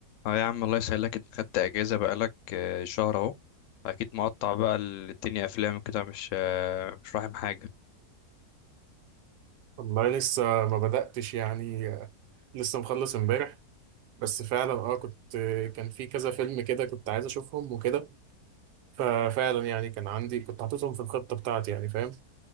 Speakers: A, on the left; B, on the right.
A: اه يا عم الله يسهلك انت خدت اجازه بقالك آه، شهر اهو اكيد مقطع بقى الدنيا افلام كده مش آه، مش فاهم حاجه
B: والله لسه ما بدأتش يعني لسه مخلص امبارح بس فعلا اه كنت كان في كذا فيلم كده كنت عايز اشوفهم وكده ففعلا يعني كان عندي كنت حاططهم في الخطة بتاعتي يعني فاهم